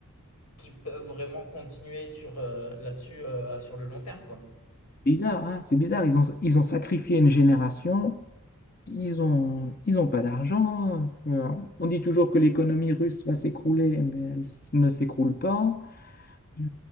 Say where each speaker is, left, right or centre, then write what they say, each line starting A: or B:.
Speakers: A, on the left; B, on the left.
A: qui peuvent vraiment continuer sur euh, là-dessus euh, sur le long terme, quoi.
B: Bizarre, hein, c'est bizarre. Ils ont, ils ont sacrifié une génération Ils ont, ils ont pas d'argent. Euh, On dit toujours que l'économie russe va s'écrouler, mais elle ne s'écroule pas. Euh,